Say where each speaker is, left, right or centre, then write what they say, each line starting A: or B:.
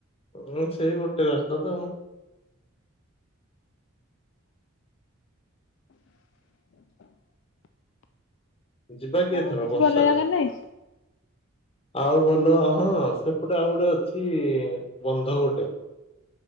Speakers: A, on the left; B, on the left.
A: ଓ ସେଇ ଗୋଟେ ରାସ୍ତା ତ ଆଉ ଯିବା କିଏ
B: ଆଉ
A: ଥର
B: କିଛି
A: ବର୍ଷାରେ
B: ଭଲ ଜାଗା ନାହିଁ
A: ଆଉ ଭଲ ହଁ ସେପଟେ ଆଉ ଗୋଟେ ଅଛି ବନ୍ଧ ଗୋଟେ